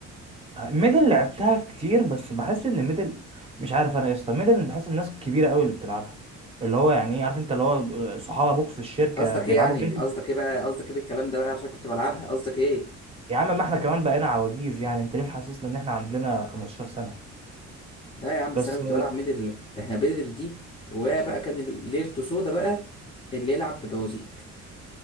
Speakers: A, on the right; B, on the left.
A: ميدل لعبتها كتير بس بحس ان ميدل مش عارف انا يا اسطى ميدل بحس الناس الكبيره قوي اللي بتلعبها اللي هو يعني إيه، عارف انت اللي هو صحاب ابوك في الشركه
B: قصدك
A: بيلعبوا
B: ايه يعني
A: ميدل
B: قصدك ايه بقى قصدك ايه بالكلام ده بقى عشان كنت بلعبها قصدك ايه
A: يا عم ما احنا كمان بقينا عواجيز يعني انت ليه محسسنا ان احنا عندنا 15 سنه
B: لا يا عم بس
A: بس
B: انا كنت بلعب ميدل ده احنا ميدل دي وبقى كان ال- ليلته سودا بقى اللي يلعب ببوازيك